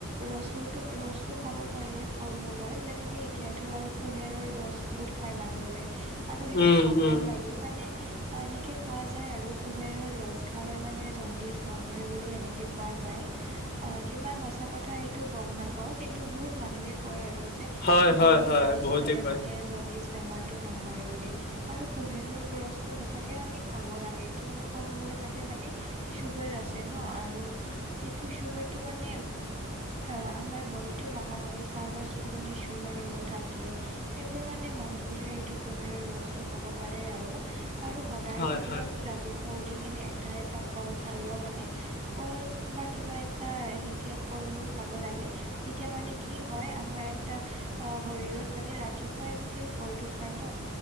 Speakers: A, on the right (about 30°); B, on the left (about 45°).
A: ৰছো, ৰছতটো খাব পাৰে ফল-মূল। মলৰ যেনেকে এতিয়াতো আৰু কুহেৰৰ ৰস বহুত খাই মানুহবোৰে। আৰু সেইটো
B: উম,
A: খাবও
B: উম,
A: লাগে, মানে এনেকে কোৱা যায় আৰু। কুঁহিয়াৰৰ ৰছ খালে, মানে জণ্ডিচ নহয়, বুলি এনেকে কোৱা যায় আ কিমান সঁচা কথা সেইটো গ'ম নাপাও কিন্তু বহুত মানুহে কয় আৰু। যে
B: হয়,
A: কুহেৰৰ
B: হয়, হয়,
A: ৰছ
B: বহুতে
A: খালে
B: কয়,
A: মানে জণ্ডিচ বেমাৰটো নহয় বুলি আৰু পোহেৰৰ গছটো সঁচাকে আমি খাব লাগে। কিয়নো ক'ম গলে তাতে মানে চুগাৰ আছে ন, আৰু সেইটো চুগাৰটো মানে অ, আমাৰ বডটো লগাগা হয়, কাৰোবাৰ যদি মানে চুগাৰ ৰৌ থাকে, সেইবোৰ মানে মানুহবোৰে এইটো কুহৰ ৰসটো খাব পাৰে আৰু, আৰু সদায়
B: হয়,
A: যদি
B: হয়,
A: আমি ৰাতিপুৱা উঠিখি এটা, এটা কল খালেও মানে ক'ল বা কিবা এটা এনেকে ল, মূল খাব লাগে। তেতিয়া মানে কি হয় আমাৰ এটা অ, শৰত মানে ৰাতিপুৱাই ফলটো খাই ন,